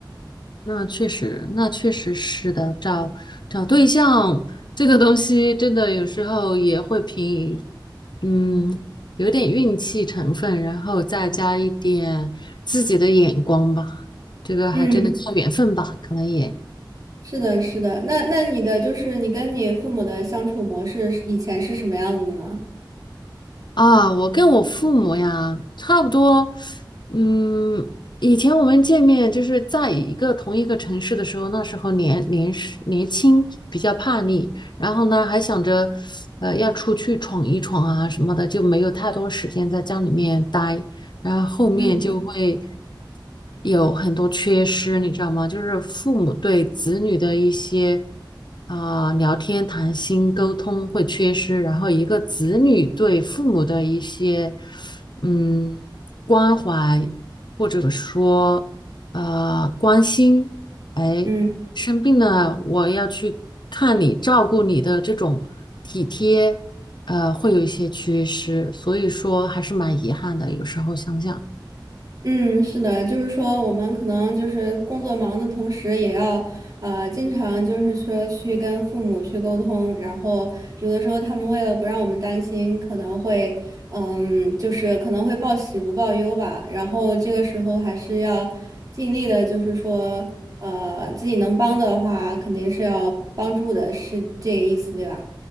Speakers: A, on the left; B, on the right.
A: 那确实，那确实是的。找找对象这个东西，真的有时候也会凭，嗯，有点运气成分，然后再加一点自己的眼光吧。这个还真的靠缘分吧，
B: 嗯，
A: 可能也。
B: 是的，是的。那那你的就是你跟你父母的相处模式是以前是什么样子的呢？
A: 啊，我跟我父母呀，差不多，嗯，以前我们见面就是在一个同一个城市的时候，那时候年年是年轻，比较叛逆，然后呢还想着，呃，要出去闯一闯啊什么的，就没有太多时间在家里面待。然后后面就会
B: 嗯
A: 有很多缺失，你知道吗？就是父母对子女的一些啊、聊天、谈心、沟通会缺失，然后一个子女对父母的一些嗯关怀或者说呃关心，哎，
B: 嗯。
A: 生病了我要去看你，照顾你的这种体贴。呃，会有一些缺失，所以说还是蛮遗憾的。有时候想想，
B: 嗯，是的，就是说我们可能就是工作忙的同时，也要呃经常就是说去跟父母去沟通，然后有的时候他们为了不让我们担心，可能会嗯就是可能会报喜不报忧吧，然后这个时候还是要尽力的，就是说呃自己能帮的话，肯定是要帮助的，是这个意思对吧？